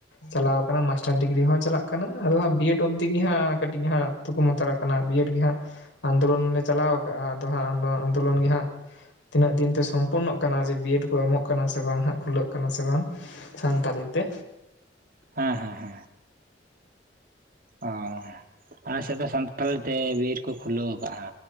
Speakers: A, on the left; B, on the right.
A: ᱪᱟᱞᱟᱣ ᱠᱟᱱᱟ ᱢᱟᱥᱴᱟᱨ ᱰᱤᱜᱽᱨᱤ ᱦᱚᱸ ᱪᱟᱞᱟᱜ ᱠᱟᱱᱟ ᱟᱫᱚ ᱦᱟᱸᱜ ᱵᱤᱭᱮᱰ ᱚᱵᱽᱫᱤ ᱜᱮ ᱦᱟᱸᱜ ᱠᱟᱹᱴᱤᱡ ᱦᱟᱸᱜ ᱾ ᱛᱩᱠᱚᱢ ᱦᱟᱛᱟᱲ ᱠᱟᱱᱟ ᱵᱤᱭᱮᱰ ᱜᱮ ᱦᱟᱸᱜ ᱟᱱᱫᱳᱞᱳᱱ ᱞᱮ ᱪᱟᱞᱟᱣ ᱟᱠᱟᱜᱼᱟ ᱟᱫᱚ ᱦᱟᱸᱜ ᱟᱱᱫᱳᱞᱳᱱ ᱜᱮ ᱦᱟᱸᱜ, ᱛᱤᱱᱟᱹᱜ ᱫᱤᱱᱛᱮ ᱥᱚᱢᱯᱩᱨᱱᱚ ᱠᱟᱱᱟ ᱡᱮ ᱵᱤᱭᱮᱰ ᱠᱚ ᱮᱢᱚᱜ ᱠᱟᱱᱟ ᱥᱮ ᱵᱟᱝ ᱦᱟᱸᱜ ᱠᱷᱩᱞᱟᱹᱜ ᱠᱟᱱᱟ ᱥᱮ ᱵᱟᱝ? ᱥᱟᱱᱛᱟᱞᱤ ᱛᱮ,
B: ᱦᱮᱸ ᱦᱮᱸ᱾ ᱦᱮᱸ ᱚ ᱟᱞᱮ ᱥᱮᱫ ᱫᱚ ᱥᱟᱱᱛᱟᱞᱤ ᱛᱮ ᱵᱤᱨ ᱠᱩ ᱠᱷᱩᱞᱟᱹᱣ ᱠᱟᱜ-ᱟ᱾